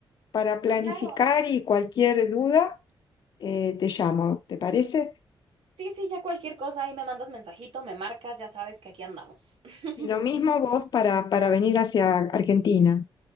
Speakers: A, on the left (about 50°); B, on the right (about 85°).
A: para planificar
B: Claro.
A: y cualquier duda eh, te llamo, ¿te parece?
B: Sí, sí, ya cualquier cosa, ahí me mandas mensajito, me marcas, ya sabes que aquí andamos. <laughs>
A: Y lo mismo vos para, para venir hacia Argentina.